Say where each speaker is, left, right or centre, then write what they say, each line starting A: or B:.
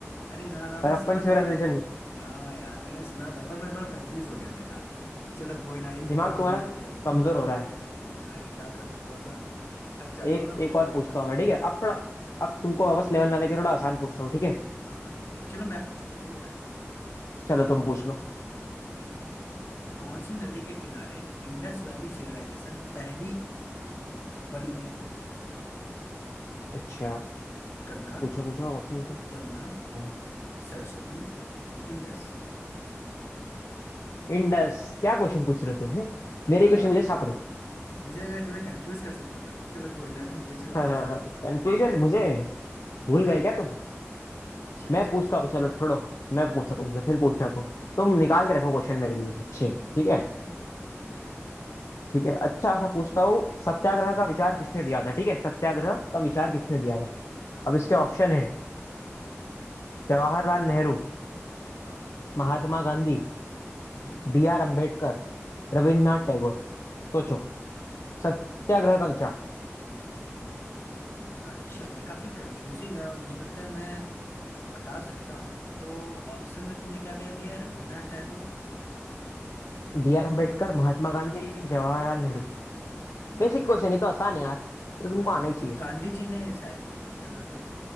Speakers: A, on the left; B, on the left.
A: अरे ना ना मैं
B: हड़प्पन
A: सुना
B: सिविलाइजेशन
A: था हाँ यार मैंने सुना था पर मैं थोड़ा कंफ्यूज हो गया था यार चलो कोई ना एक
B: दिमाग
A: पॉइंट
B: तुम्हारा
A: तुम जीतते हो
B: कमजोर हो रहा है
A: अरे क्या करूँ थोड़ा सा थक जाता
B: एक
A: हूँ ना
B: एक
A: बोर
B: और
A: हो गया
B: पूछता
A: था
B: हूँ मैं ठीक है अब थोड़ा अब तुमको वापस लेवल ना लेके थोड़ा आसान पूछता हूँ ठीक है
A: हाँ ठीक है चलो मैं पूछता हूँ ठीक है पहले
B: चलो तुम पूछ लो
A: ठीक है कौन सी नदी के किनारे इंडस वैली सिविलाइजेशन पहली बड़ी थी
B: अच्छा
A: गंगा
B: पूछो पूछो ऑप्शन
A: यमुना
B: क्या
A: सरस्वती इंडस
B: इंडस क्या क्वेश्चन पूछ रहे हो तुम है मेरे
A: आ,
B: क्वेश्चन मुझे छाप रहे हो
A: मुझे लगा तुम्हें कंफ्यूज कर सकता था चलो कोई ना तुम पूछो वापस
B: हाँ हाँ हाँ कंफ्यूजन मुझे भूल
A: आ,
B: गए क्या तुम
A: चलो
B: मैं
A: चलो
B: पूछता
A: चलो
B: हूँ
A: हम्म,
B: चलो छोड़ो मैं
A: हम्म,
B: पूछता हूँ तुमसे फिर पूछना तुम तुम निकाल के रखो क्वेश्चन मेरे लिए अच्छे
A: ठीक
B: ठीक
A: है
B: है
A: ठीक है ठीक है
B: ठीक है अच्छा सा पूछता हूँ सत्याग्रह का विचार किसने दिया था ठीक है सत्याग्रह का विचार किसने दिया था
A: अच्छा
B: अब इसके ऑप्शन है
A: हम्म,
B: जवाहरलाल नेहरू
A: हाँ
B: महात्मा गांधी
A: हम्म
B: बी आर अम्बेडकर रविन्द्रनाथ
A: हाँ
B: टैगोर सोचो सत्याग्रह का विचार
A: अच्छा ये काफी कंफ्यूजिंग है और मुझे लगता है मैं बता सकता हूँ तो ऑप्शन में तुमने क्या क्या दिया है रविन्द्रनाथ टैगोर
B: B R Ambedkar Mahatma Gandhi Jawaharlal Nehru
A: जवाहरलाल
B: Basic question
A: नेहरू।
B: ये तो आसान है यार ये तो तुमको
A: हाँ
B: आना ही चाहिए
A: तो गांधी जी ने शायद किया था